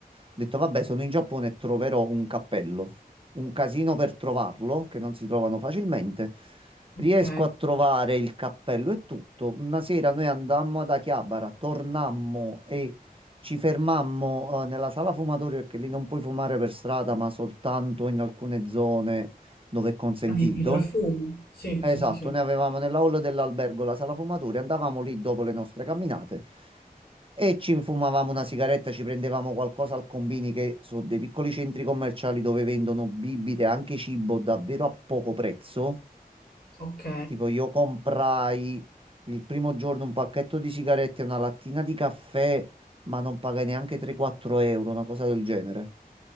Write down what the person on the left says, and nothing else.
Ok,
adibito al fumo. Sì,
sì, sì, sì.
Ok.